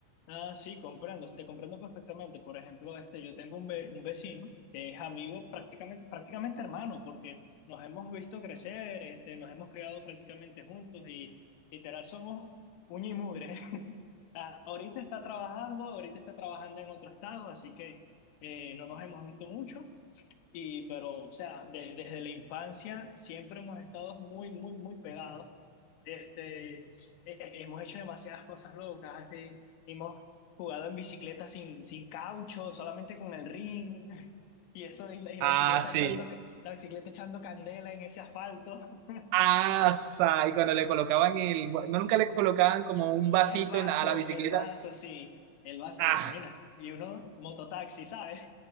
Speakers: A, on the left; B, on the right.
A: Ah, sí, comprendo, te comprendo perfectamente. Por ejemplo, este, yo tengo un, ve- un vecino que es amigo prácticamente, prácticamente hermano, porque nos hemos visto crecer, este, nos hemos criado prácticamente juntos y literal somos uña y mugre. <laughs> Ah, ahorita está trabajando, ahorita está trabajando en otro estado, así que eh, no nos hemos visto mucho, y, pero, o sea, de- desde la infancia siempre hemos estado muy, muy, muy pegados. Este, e- e- hemos hecho demasiadas cosas locas, así. Hemos jugado en bicicleta sin, sin caucho, solamente con el ring. <laughs> Y eso, y la, y
B: Ah,
A: la bicicleta
B: sí.
A: echando, ca- la bicicleta echando candela en ese asfalto. <laughs>
B: Ah, sa- y cuando le colocaban el, no nunca le colocaban como un vasito
A: El vaso,
B: en la- a la bicicleta.
A: el vaso, sí. El vaso,
B: Ah,
A: eh, mira, y uno, mototaxi, ¿sabes?